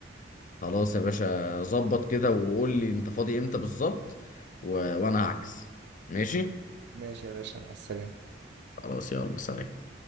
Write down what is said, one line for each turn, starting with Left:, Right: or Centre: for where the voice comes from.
Left: خلاص يا باشا ظبط كده وقول لي انت فاضي امتى بالظبط و... وانا هعكس ماشي
Right: ماشي يا باشا مع السلامة
Left: خلاص يلا سلام